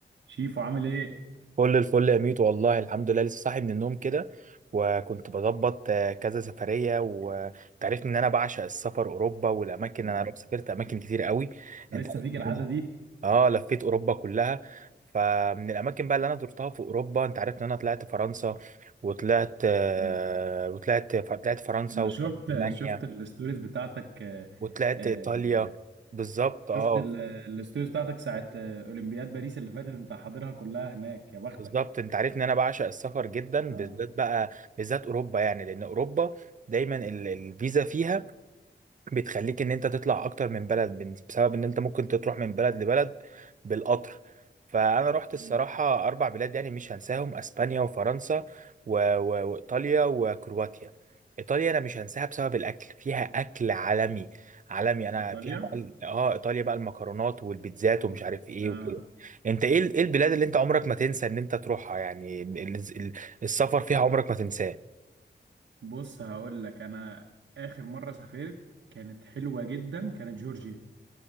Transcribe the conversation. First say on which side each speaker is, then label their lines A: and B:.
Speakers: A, on the right; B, on the right.
A: شيفو عامل ايه؟
B: كل الفل يا ميت والله الحمد لله لسه صاحي من النوم كده وكنت بظبط آه، كذا سفرية وانت عارف ان انا بعشق السفر اوروبا والاماكن
A: نعم
B: انا رحت- سافرت اماكن كتير قوي
A: لسه
B: انت عارف
A: فيك العادة
B: إن أنا-
A: دي؟
B: اه لفيت اوروبا كلها فمن الاماكن بقى اللي انا زرتها في اوروبا انت عارف ان انا طلعت فرنسا وطلعت آه،
A: مم.
B: وطلعت طلعت فرنسا
A: انا
B: وطلعت
A: شفت
B: المانيا
A: شفت الستوريز بتاعتك آه،
B: وطلعت
A: آه،
B: ايطاليا بالظبط اه
A: شفت ال- الستوريز بتاعتك ساعة آه، اولمبياد باريس اللي فاتت انت حاضرها كلها هناك يا بختك
B: بالظبط انت عارف ان انا بعشق السفر جدا
A: اه
B: بالذات بقى بالذات اوروبا يعني لان اوروبا دايما ال- الفيزا فيها بتخليك ان انت تطلع اكتر من بلد بن- بسبب ان انت ممكن تروح من بلد لبلد بالقطر فانا رحت
A: مم.
B: الصراحة اربع بلاد يعني مش هنساهم اسبانيا وفرنسا و... و... وايطاليا وكرواتيا ايطاليا انا مش هنساها بسبب الاكل فيها اكل عالمي عالمي انا
A: ايطاليا
B: فيها بقى ال- اه ايطاليا بقى المكرونات والبيتزات ومش عارف ايه
A: اه
B: وكده انت ايه ال- ايه البلاد اللي انت عمرك ما تنسى ان انت تروحها يعني ال- ال- السفر فيها عمرك ما تنساه
A: بص هقول لك انا اخر مرة سافرت كانت حلوة جدا كانت جورجيا